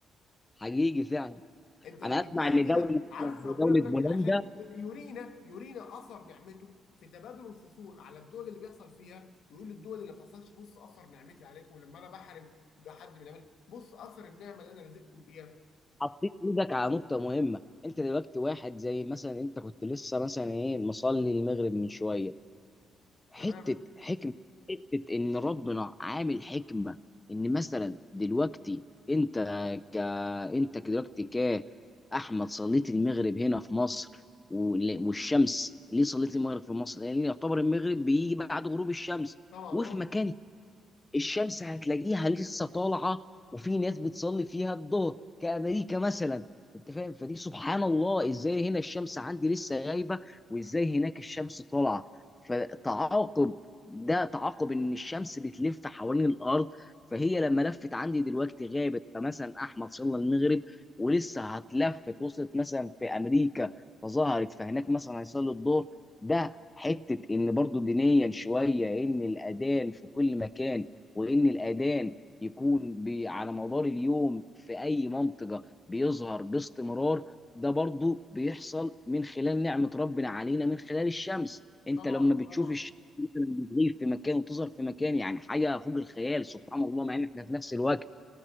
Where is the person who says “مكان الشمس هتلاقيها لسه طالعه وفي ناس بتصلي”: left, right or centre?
Left